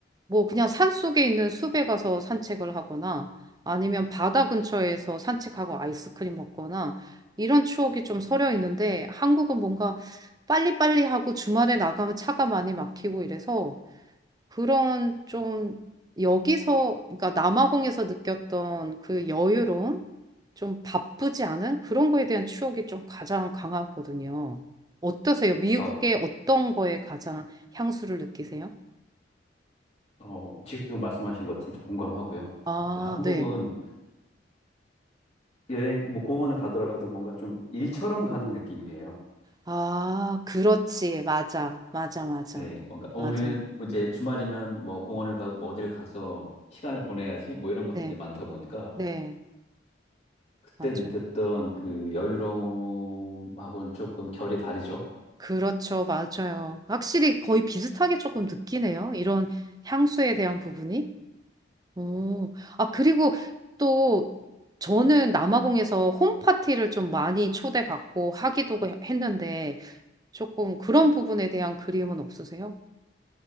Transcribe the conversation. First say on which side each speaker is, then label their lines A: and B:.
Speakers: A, on the right; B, on the left.
A: 뭐 그냥 산 속에 있는 숲에 가서 산책을 하거나 아니면 바다 근처에서 산책하고 아이스크림 먹거나 이런 추억이 좀 서려 있는데 한국은 뭔가 빨리빨리 하고 주말에 나가면 차가 많이 막히고 이래서 그런 좀 여기서, 그러니까 남아공에서 느꼈던 그 여유로움, 좀 바쁘지 않은 그런 거에 대한 추억이 좀 가장 강하거든요. 어떠세요? 미국의
B: 어,
A: 어떤 거에 가장 향수를 느끼세요?
B: 어, 지금 말씀하신 것 진짜 공감하고요.
A: 아,
B: 진짜 한국은
A: 네.
B: 여행, 뭐 공원을 가더라도 뭔가 좀 일처럼 가는 느낌이에요.
A: 아, 그렇지. 맞아. 맞아, 맞아.
B: 네, 뭔가 어,
A: 맞아요.
B: 우리는 뭐 이제 주말이면 뭐 공원을 가고 뭐 어딜 가서 시간을 보내야지 뭐 이런 것들이
A: 네.
B: 많다 보니까
A: 네.
B: 그때
A: 맞아요.
B: 느꼈던 그 여유로움하고는 조금 결이 다르죠.
A: 그렇죠. 맞아요. 확실히 거의 비슷하게 조금 느끼네요. 이런 향수에 대한 부분이. 오, 아, 그리고 또 저는 남아공에서 홈파티를 좀 많이 초대받고 하기도 했는데 조금 그런 부분에 대한 그리움은 없으세요?